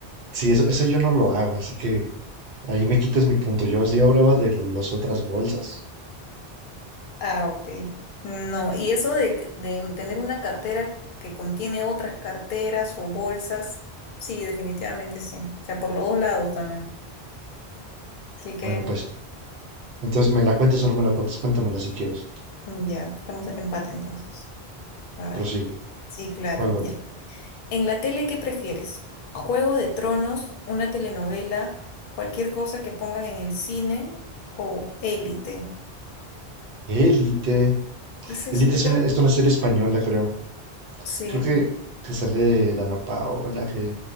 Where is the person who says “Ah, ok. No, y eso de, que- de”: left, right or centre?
Left